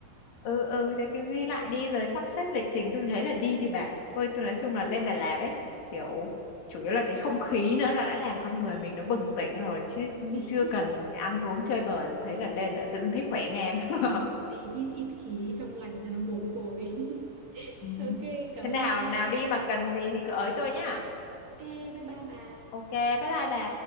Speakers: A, on the left; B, on the right.
A: ừ ừ thế cứ ghi lại đi rồi sắp xếp lịch trình tôi thấy là đi đi bà ôi tôi nói chung là lên Đà Lạt ấy kiểu chủ yếu là cái không khí nữa nó đã làm con người
B: Ừm.
A: mình nó bừng tỉnh rồi chứ
B: <laughs>
A: chưa cần là phải ăn uống chơi bời tôi thấy
B: Ờ,
A: là lên là tự dưng thấy khỏe ngang <laughs>
B: đi hít ít khí trong lành cho nó bổ
A: Ừ.
B: phổi <laughs>
A: ừ.
B: ok cảm
A: thế
B: ơn
A: nào
B: bà nha
A: nào đi mà cần gì thì cứ ới tôi nhá
B: ok bye bye bà
A: ok bye bye bà